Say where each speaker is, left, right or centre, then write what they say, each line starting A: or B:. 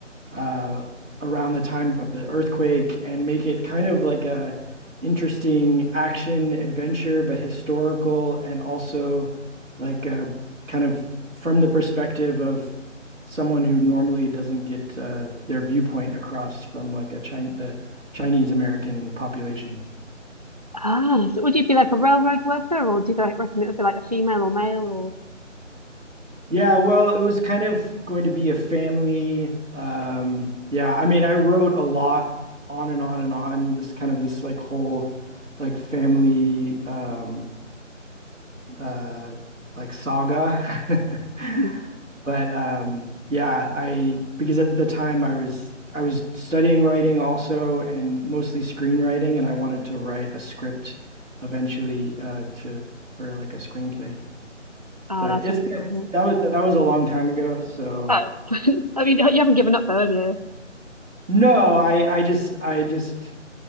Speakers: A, on the right (about 80°); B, on the right (about 30°).
A: uh, around the time of the earthquake and make it kind of like a interesting action adventure, but historical and also like uh, kind of from the perspective of someone who normally doesn't get uh, their viewpoint across from like a Chin the Chinese American population.
B: ah so would you be like a railroad worker or do you like, reckon it would be like a female or male or
A: Yeah, well, it was kind of going to be a family. Um, yeah, I mean, I wrote a lot on and on and on, just kind of this like whole like family um uh like saga. <laughs>
B: <clears throat>
A: But um yeah, I because at the time I was I was studying writing also and mostly screenwriting and I wanted to write a script eventually uh to for like a screenplay.
B: Oh,
A: But
B: that's
A: it's
B: one
A: been
B: brilliant.
A: that was that was a long time ago, so
B: Oh, <laughs> I mean, you haven't given up though, have you?
A: no, I I just I just